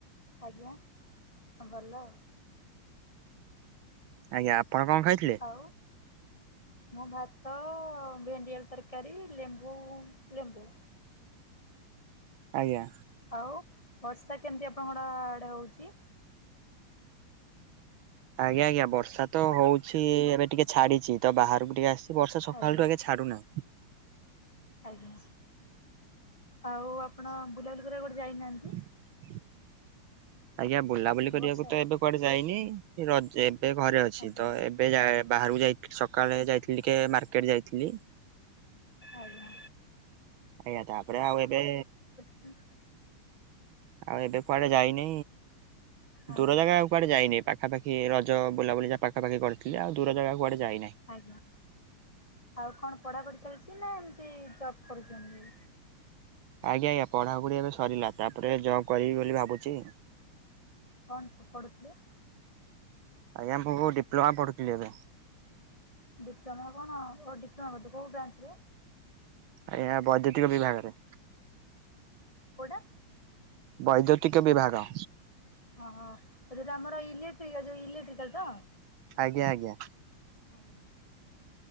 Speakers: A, on the left (about 15°); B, on the right (about 75°).
A: ଆଜ୍ଞା ହଁ ଭଲ।
B: ଆଜ୍ଞା ଆପଣ କଣ ଖାଇଥିଲେ।
A: ଆଉ। ମୁଁ ଭାତ ଭେଣ୍ଡିଆଳୁ ତରକାରୀ ଲେମ୍ବୁ ଲେମ୍ବୁ।
B: ଆଜ୍ଞା।
A: ଆଉ ବର୍ଷା କେମିତି ଆପଣଙ୍କର ଆଡେ ହଉଛି।
B: ଆଜ୍ଞା ଆଜ୍ଞା ବର୍ଷା ତ ହଉଛି ଏବେ ଟିକେ ଛାଡିଛି ତ ବାହାରକୁ ଟିକେ ଆସି। ଏ ବର୍ଷା ସକାଳଠୁ
A: ଆଜ୍ଞା
B: ଆଗେ ଛାଡ଼ୁନା।
A: ଆଜ୍ଞା ଆଉ ଆପଣ ବୁଲାବଲିୁ କରିବାକୁ କୁଆଡେ ଯାଇ ନାହାନ୍ତି।
B: <inaudible> ଆଜ୍ଞା ବୁଲାବୁଲି କରିବାକୁ
A: ବର୍ଷା
B: ତ ଏବେ କୁଆଡେ ଯାଇନି ରଜ ଏବେ ଘରେ ଅଛି
A: ଆଜ୍ଞା
B: ତ ଏବେ। ଏବେ ଯା ବାହାରକୁ ଯାଇ ସକାଳେ ଯାଇଥିଲି ଟିକେ ମାର୍କେଟ ଯାଇଥିଲି।
A: ଆଜ୍ଞା
B: ଆଜ୍ଞା ତପରେ ଆଉ ଏବେ।
A: ଉଁ।
B: ଆଉ ଏବେ କୁଆଡେ ଯାଇନି
A: ଆଜ୍ଞା
B: ଦୂର ଜାଗା ଆଉ। କୁଆଡେ ଯାଇନେଇି ପାଖାପଖି ରଜ ବୁଲାବୁଲି ଯା ପାଖାପଖି କରିଥିଲି ଆଉ ଦୂର ଜାଗା କୁଆଡେ ଯାଇନାଇ।
A: ଆଜ୍ଞା ଆଉ କଣ ପଢାପଢି ଚାଲିଛି ନା ଏମତି ଜବ କରୁଛନ୍ତି।
B: ଆଜ୍ଞା ଆଜ୍ଞା ପଢାପଢି ଏବେ ସରିଲା ତାପରେ ଜବ୍ କରିବି ବୋଲି ଭାବୁଛି।
A: କଣ ସବୁ ପଢୁଥିଲେ।
B: ଆଜ୍ଞା ମୁଁ ଡିପ୍ଲୋମା ପଢୁଥିଲି ଏବେ।
A: ଡିପ୍ଲୋମା କଣ ଓ ଡିପ୍ଲୋମା କରୁଥିଲେ କୋଉ ବ୍ରାଞ୍ଚ ରେ।
B: ଆଜ୍ଞା ବୈଦ୍ୟୁତିକ ବିଭାଗରେ।
A: କୋଉଟା।
B: ବୈଦ୍ୟୁତିକ ବିଭାଗ।
A: ଓ ହୋ ଆଉ ଯୋଉଟା ଆମର ଇଲେକ୍ଟ୍ରିକାଲ୍, ଯୋଉ ଇଲେକ୍ଟ୍ରିକାଲ୍ ତ?
B: ଆଜ୍ଞା ଆଜ୍ଞା।
A: ଆଜ୍ଞା।